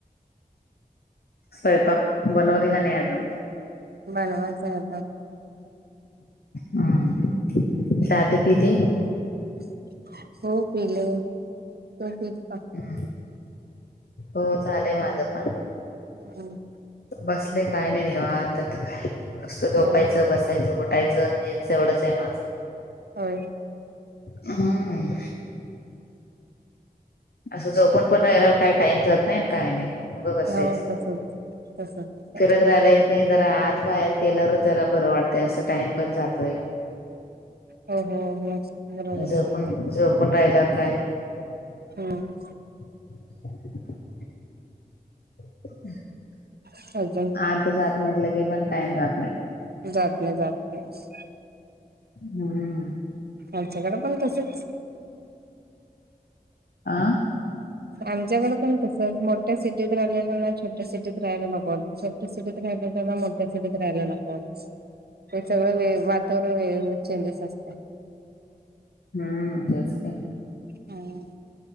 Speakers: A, on the left; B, on the right.
A: स्वयंपाक बनवली, का नाही अजून?
B: बनवायच आता.
A: हम चहा तेन पिते,
B: हो पेले तुम्ही पेला का,
A: हम्म, हो झालय माझं पण.
B: हम,
A: बसले काय नाही, निवाता तर काय, मस्त झोपायचं,
B: होय
A: बसायचं, घोटायचं हेच एवढंच आहे माझं.
B: होय,
A: हम, असं झोपून पण राहिल्यावर काही, टाइम जात नाही काही नाही. उगं बसायचं
B: हो तसच तस, तस
A: फिरत राहिलेय की जरा, आत बाहेर केलं र जरा बरं वाटत असं टाइम पण जातोय.
B: हो हो बरोबर
A: झोपून
B: ठीक आहे
A: झोपून, राहिल्यावर काय?
B: हम्म,
A: <inaudible> <inaudible>
B: <unintelligible>
A: आत जात म्हटलं की पण टाइम जात नाही.
B: जात नाही, जात नाही.
A: हम्म,
B: आमच्याकडे, पण तसच.
A: आह,
B: आमच्याकडे पण तसच मोठ्या सिटीत राहिलेल्यांना छोट्या सिटीत राहिला नको वाटतंय छोट्या सिटीत राहिलेल्यांना मोठ्या सिटीत राहयला नको वाटतय ते सगळं वे वातावरण वेगवेगळ चेंजेस असत -
A: हम् तेच की
B: हम्